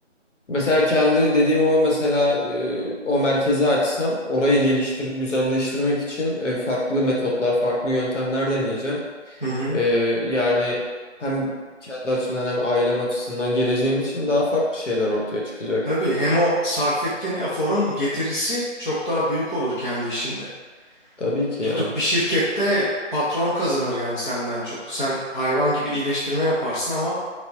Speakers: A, on the left; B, on the left.
A: Mesela kendi dediğim o mesela e, o merkezi açsam orayı geliştirip güzelleştirmek için e, farklı metotlar, farklı yöntemler deneyeceğim.
B: Hı hı.
A: E, yani hem kendi açımdan hem ailem açısından geleceğim için daha farklı şeyler ortaya çıkacak.
B: Tabii hem o sarf ettiğin eforun getirisi çok daha büyük olur kendi işinde.
A: Tabii ki
B: Tutup
A: yani.
B: bir şirkette patron kazanır yani senden çok. Sen hayvan gibi iyileştirme yaparsın ama